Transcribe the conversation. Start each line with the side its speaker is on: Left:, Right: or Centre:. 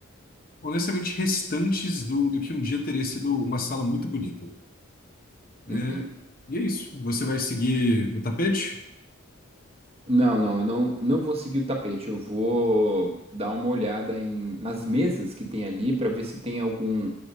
Left: honestamente, restantes do, do que um dia teria sido uma sala muito bonita. É,
Right: Uhum.
Left: e é isso. Você vai seguir no tapete?
Right: Não, não, eu não, não vou seguir o tapete. Eu vou dar uma olhada em, nas mesas que tem ali para ver se tem algum